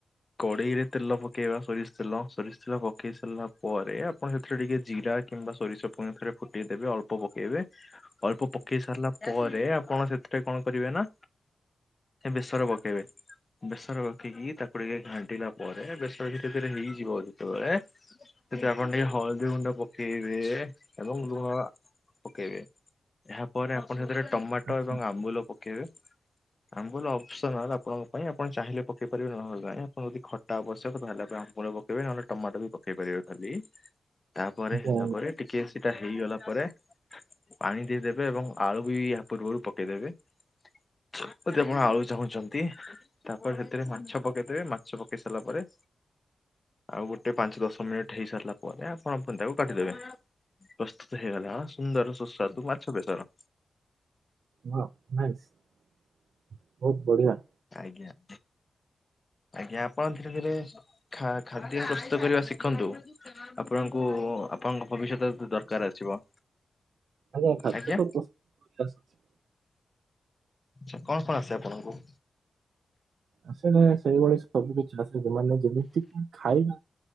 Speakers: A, on the left; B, on the right.
A: କଡେଇରେ ତେଲ ପକେଇବା ସୋରିଷ ତେଲ ସୋରିଷ ତେଲ ପକେଇ ସାରିଲା ପରେ ଆପଣ ସେଥିରେ ଟିକେ ଜିରା କିମ୍ବା ସୋରିଷ ପୁଣିଥରେ ଫୁଟେଇଦେବେ ଅଳ୍ପ ପକେଇବେ ଅଳ୍ପ ପକେଇ ସାରିଲା ପରେ ଆପଣ ସେଥିରେ କଣ କରିବେ ନା ସେ ବେସର ପକେଇବେ ବେସର ରଖିକି ତାକୁ ଟିକେ ଘାଣ୍ଟିଲା ପରେ ବେସର ଧୀରେ ଧୀରେ ହେଇଯିବ ଯେତେବେଳେ ସେଥି ଆପଣ ଟିକେ ହଳଦୀ ଗୁଣ୍ଡ ପକେଇବେ ଏବଂ ଲୁଣ ପକେଇବେ ଏହା ପରେ ଆପଣ ସେଥିରେ ଟମାଟୋ
B: ଆଚ୍ଛା
A: ଏବଂ ଆମ୍ବୁଲ ପକେଇବେ ଆମ୍ବୁଲ ଅପସନାଲ ଆପଣଙ୍କ ପାଇଁ ଆପଣ ଚାହିଁଲେ ପକେଇ ପାରିବେ ନହେଲେ ଯାଇଁ ଆପଣ ଯଦି ଖଟା ଆବଶ୍ୟକ ତାହେଲେ ଆମ୍ବୁ ଲ ପକେଇବେ ନହେଲେ ଟମାଟ ବି ପକେଇ ପାରିବେ ଖାଲି ତାପରେ
B: ଆଜ୍ଞା ଆଜ୍ଞା
A: ହେଲା ପରେ ଟିକେ ସେଟା ହେଇଗଲା ପରେ ତା ପରେ ପାଣି ଦେଇଦେବେ ଏବଂ ଆଳୁ ବି ଏହା ପୂର୍ବରୁ ପକେଇଦେବେ ଯଦି ଆପଣ ଆଳୁ ଚାହୁଁଛନ୍ତି ତାପରେ ସେଥିରେ ମାଛ ପକେଇଦେବେ ମାଛ ପକେଇ ସାରିଲା ପରେ ଆଉ ଗୋଟେ ପାଞ୍ଚ ଦଶ ମିନିଟ ହେଇ ସାରିଲା ପରେ ଆପଣପଣ ତାକୁ କାଡିଦେବେ ପ୍ରସ୍ତୁତ ହେଇଗଲା ସୁନ୍ଦର ସୁସ୍ୱାଦୁ ମାଛ ବେସର
B: ହଁ ନାଇ ବହୁତ ବଢିଆ
A: <unintelligible> କାଇ କ ଆଜ୍ଞା ଆପଣ ଧୀରେ ଧୀରେ ଖ ଖାଦ୍ୟ ପ୍ରସ୍ତୁତ କରିବା ଶିଖନ୍ତୁ ଆପଣ ଆପଣଙ୍କ ଭବିଷ୍ୟତ ଯେ ଦରକାର ଆସିବ
B: ଆଞା ଖାଦ୍ୟ
A: ଆଜ୍ଞା
B: ତ ପ୍ରସ୍ତୁତ
A: ଆଛା କଣ କଣ ଆସେ ଆପଣଙ୍କୁ?
B: ଆସ ନା ସେଇଭଳି ସବୁ କିଛି ଆସେ ସେମାନେ ଯେମିତି କି ଖାଇବା